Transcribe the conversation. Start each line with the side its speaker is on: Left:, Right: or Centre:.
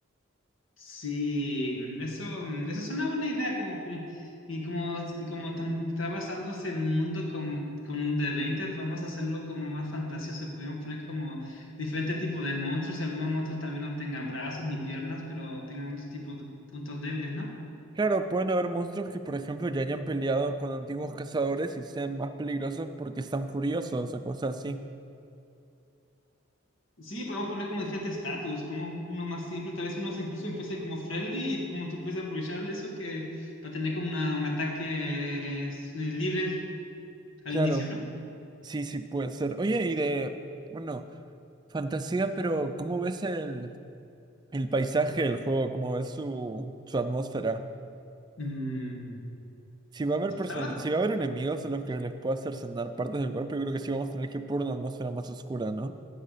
Left: Sí, eso, eso es una buena idea como fue- y como, y como tan- está basándose en un mundo como con de 20 podemos hacerlo como más fantasioso. Podemos poner como diferentes tipos de monstruos y algunos monstruos tal vez no tengan brazos ni piernas, pero tengan otros tipos de puntos débiles, ¿no?
Right: Claro, pueden haber monstruos que, por ejemplo, ya hayan peleado con antiguos cazadores y sean más peligrosos porque están furiosos o cosas así.
Left: Sí, podemos poner como diferentes estatus, como uno más simple, tal vez unos incluso empiecen como friendly y como tú puedes aprovechar de eso que va a tener como una- un ataque eh, eh, libre al
Right: Claro,
Left: inicio, ¿no?
Right: sí, sí puede ser. Oye, y de, bueno, fantasía, pero ¿cómo ves el, el paisaje del juego? ¿Cómo ves su, su atmósfera?
Left: Mm,
Right: Si va a haber
Left: estaba,
Right: personas, si va a haber enemigos a los que les pueda hacer cenar partes del cuerpo, yo creo que sí vamos a tener que ir por una atmósfera más oscura, ¿no?